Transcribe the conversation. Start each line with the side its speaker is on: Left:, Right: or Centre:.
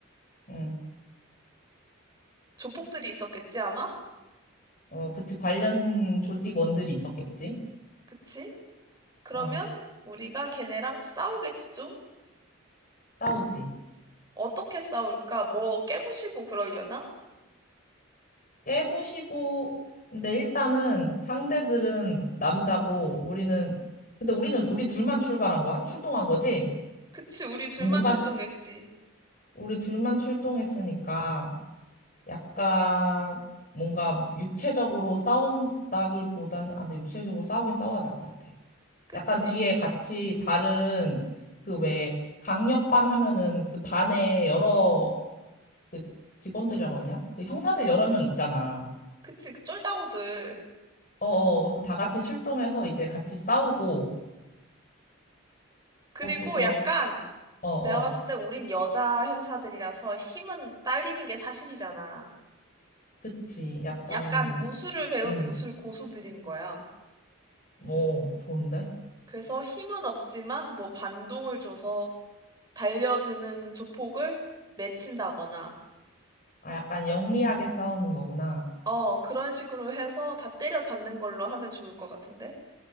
Left: 음,
Right: 조폭들이 있었겠지, 아마?
Left: 어, 그치. 관련 조직원들이 있었겠지.
Right: 그치? 그러면
Left: 어,
Right: 우리가 걔네랑 싸우겠지, 좀?
Left: 싸우지.
Right: 어떻게 싸울까? 뭐 깨부시고 그러려나?
Left: 깨부시고, 근데 일단은 상대들은 남자고, 우리는, 근데 우리는 우리 둘만 출발한 거야? 출동한 거지?
Right: 그치, 우리 둘만
Left: 뭔가
Right: 출동했지.
Left: 우리 둘만 출동했으니까, 약간, 뭔가 육체적으로 싸운다기보다는, 아, 근데 육체적으로 싸우긴 싸워야 될 것 같아.
Right: 그치?
Left: 약간 뒤에 같이 다른 그 왜 강력반 하면은 그 반에 여러 그 직원들이라고 하냐? 그 형사들 여러 명 있잖아.
Right: 그치, 쫄다구들.
Left: 어, 어, 그래서 다 같이 출동해서 이제 같이 싸우고
Right: 그리고
Left: 거기서
Right: 약간,
Left: 어, 어,
Right: 내가 봤을 때 우린 여자 형사들이라서 힘은 딸리는 게 사실이잖아.
Left: 그치. 약간
Right: 약간 무술을 배운
Left: 음,
Right: 무술 고수들인 거야.
Left: 뭐 좋은데?
Right: 그래서 힘은 없지만 뭐 반동을 줘서 달려드는 조폭을 맺힌다거나,
Left: 아, 약간 영리하게 싸우는 거구나.
Right: 어, 그런 식으로 해서 다 때려잡는 걸로 하면 좋을 것 같은데?